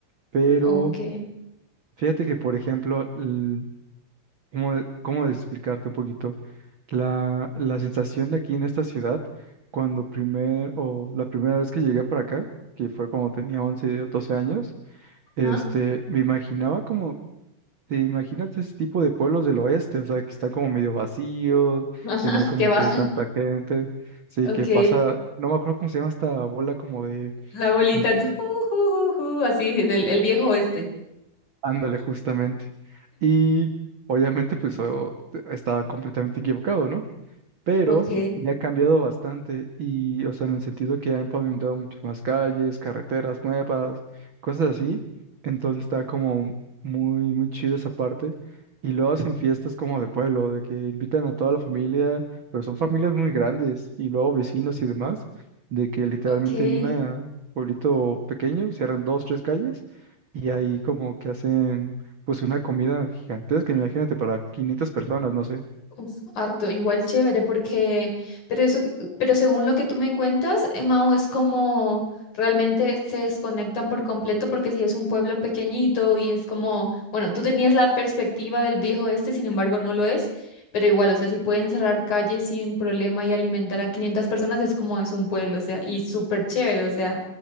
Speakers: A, on the right (about 50°); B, on the left (about 50°).
A: pero
B: Ok.
A: fíjate que, por ejemplo, l- ¿Cómo, de- cómo de explicarte un poquito? La, la sensación de aquí en esta ciudad, cuando primer, o la primera vez que llegué para acá, que fue cuando tenía 11 o 12 años, este,
B: ¿Ah? Ajá,
A: me imaginaba como, te imaginas ese tipo de pueblos del oeste, o sea, que está como medio vacío,
B: <laughs>
A: que no hay como
B: qué baja.
A: que tanta gente, sí,
B: Ok.
A: que pasa, no me acuerdo cómo se llama esta bola como de,
B: La bolita.
A: de-
B: ju, ju, ju, ju, así, en el, el viejo oeste.
A: ándale, justamente. Y obviamente, pues, oh, te- estaba completamente equivocado, ¿no? pero
B: Ok,
A: ya ha cambiado bastante y, o sea, en el sentido que ya han pavimentado muchas más calles, carreteras nuevas, cosas así. Entonces está como muy, muy chido esa parte. Y luego hacen fiestas como de pueblo, de que invitan a toda la familia, pero son familias muy grandes y luego vecinos y demás, de que literalmente
B: ok.
A: en un pueblito pequeño cierran dos, tres calles y ahí como que hacen pues una comida gigantesca, imagínate, para 500 personas, no sé.
B: Uf, harto, igual chévere, porque, pero eso, pero según lo que tú me cuentas, eh, Mao, es como realmente se desconectan por completo, porque si es un pueblo pequeñito y es como, bueno, tú tenías la perspectiva del viejo este, sin embargo no lo es, pero igual, o sea, si pueden cerrar calles sin problema y alimentar a 500 personas, es como es un pueblo, o sea, y súper chévere, o sea,